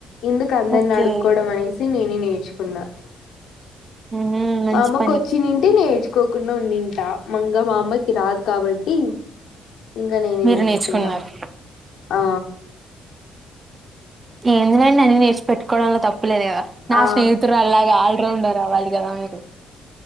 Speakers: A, on the left; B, on the right.
A: ఎందుకు అందరిని
B: ఓకే
A: అడుక్కోవడం అనేసి నేనే నేర్చుకున్నా
B: ఉహు మంచి
A: మా అమ్మకు
B: పని
A: వచ్చింటే నేర్చు కోకుండా ఉంన్నింట మంగ మా అమ్మకి రాదు కాబట్టి ఇంకా నేనే
B: మీరు
A: నేర్చుకున్నా
B: నేర్చుకున్నారు
A: ఆ
B: ఎందునండి అన్ని నేర్చి పెట్టుకోవడంలో తప్పులేదు గదా నా
A: ఆ
B: స్నేహితుడు అలాగే ఆల్రౌండర్ వాళ్ళకి ద మీ <unintelligible>